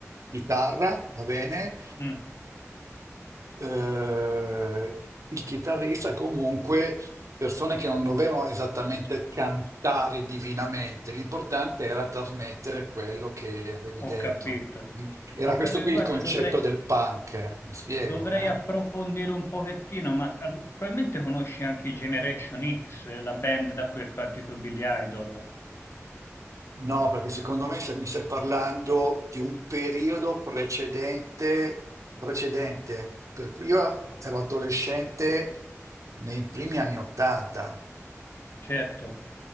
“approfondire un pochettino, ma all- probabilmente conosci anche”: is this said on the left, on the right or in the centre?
Left